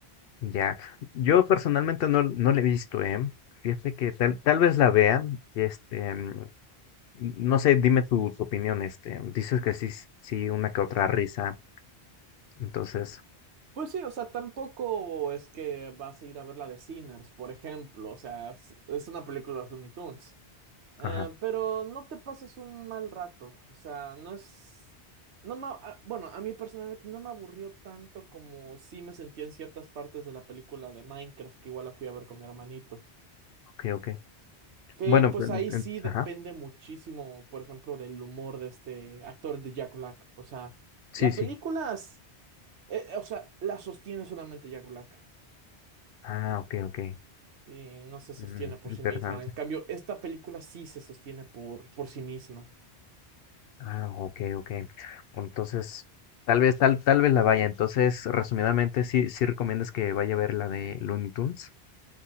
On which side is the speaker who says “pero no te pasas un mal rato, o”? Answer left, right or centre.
Right